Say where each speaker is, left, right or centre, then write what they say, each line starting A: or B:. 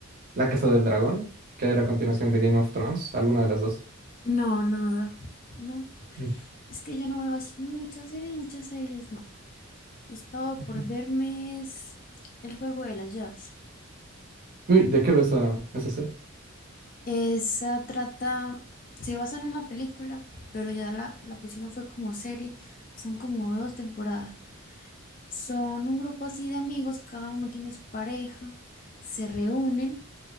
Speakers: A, on the right (about 40°); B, on the left (about 40°).
A: La Casa del Dragón, que era a continuación de Game of Thrones, alguna de las dos.
B: no, no, no. No,
A: Mm,
B: es que yo no veo así muchas series, muchas series, no. He estado
A: ujú.
B: por verme es El juego de las llaves.
A: Uy, ¿de qué ves esa, esa serie?
B: Esa trata, se basa en una película, pero ya la, la pusieron fue como serie. Son como dos temporadas. Son un grupo así de amigos, cada uno tiene su pareja, se reúnen